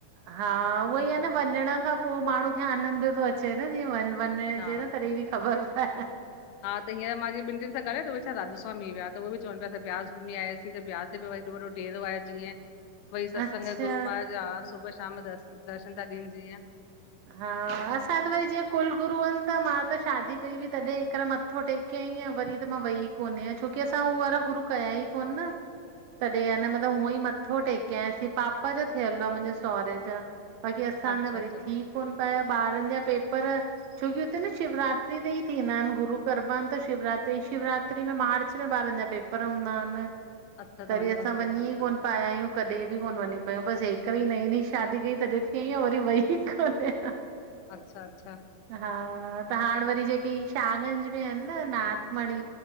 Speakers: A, on the right (about 80°); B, on the left (about 80°).
A: हा उहोई आहे न वञण खां पो माण्हू खे आनंद थो अ चेंदा जीअं वन वनण
B: हा
A: जेॾो तॾईं ॿि ख़बर पए।
B: हा त हींअर मां जीअं ॿिन टिन सां ॻाल्हाएण थियो त उहे छा राधास्वामी हुया। त उहे ॿि चवन पया असां व्यास घुमीयासीं त व्यास उते ब वरी वॾो ॾेरो आहे जीअं भई सत्संग
A: अच्छा
B: गुरू महाराॼ आ सुबुह शाम दर् दर्शन था ॾिन ॼीअं।
A: हा, असां त वरी जीअं कुल गुरू अन त मां त शादी कई हुई, तॾे हिकर मथो टेके आईं आ वरी त मां वई कोन आयां। छोकी असां उह वारा गुरू कया ई कोन न
B: हम्म!
A: तॾहिं आ न मतलब हूअं ई मथो टेके आयासीं। पापा जो थियल हुआ मुंजे सोरे जा। ॿाक़ी असांजा
B: अच्छा
A: वरी
B: अच्छा
A: थी कोन पिया ॿारनि जा पेपर छोकी हुते न शिवरात्री ते ई थींदा आहिनि गुरू करबा अन त शिवरात्री, शिवरात्री में मार्च में ॿारनि जा पेपर पर हूंदा अन,
B: अच्छा
A: तॾी
B: त
A: असां
B: कोन सघंदा
A: वञी
B: आहियो
A: ई
B: तव्हां
A: कोन पर आया आयूं कॾे बि कोन वञी पयूं, बस हिकॾी नईं नईं शादी कई, तॾी थी आईं आं वरी वई ही कोने।
B: अच्छा अच्छा
A: हा, त हाण वरी जेके ई शागंज में अन न नाथमणी,